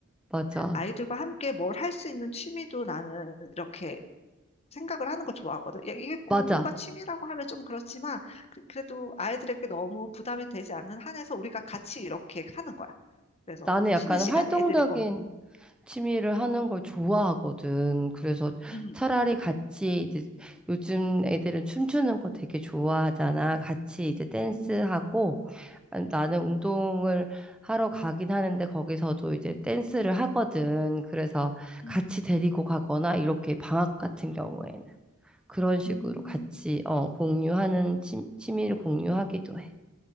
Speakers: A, in the centre; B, on the left.
A: 맞아.
B: 아이들과 함께 뭘 할 수 있는 취미도 나는 이렇게 생각을 하는 걸 좋아하거든. 야, 이게 공부가
A: 맞아.
B: 취미라고 하면 좀 그렇지만 그, 래도 아이들에게 너무 부담이 되지 않는 한에서 우리가 같이 이렇게 하는 거야. 그래서
A: 나는 약간
B: 쉬는 시간에
A: 활동적인
B: 애들이 어,
A: 취미를 하는 걸 좋아하거든. 그래서
B: 음,
A: 차라리 같이 이제 요즘 애들은 춤추는 거 되게 좋아하잖아. 같이 이제 댄스하고
B: 음,
A: 아, 나는 운동을 하러 가긴 하는데 거기서도 이제 댄스를 하거든. 그래서
B: 음,
A: 같이 데리고 가거나 이렇게 방학 같은 경우에는 그런 식으로
B: 음.
A: 같이 어, 공유하는 취, 취미를 공유하기도 해.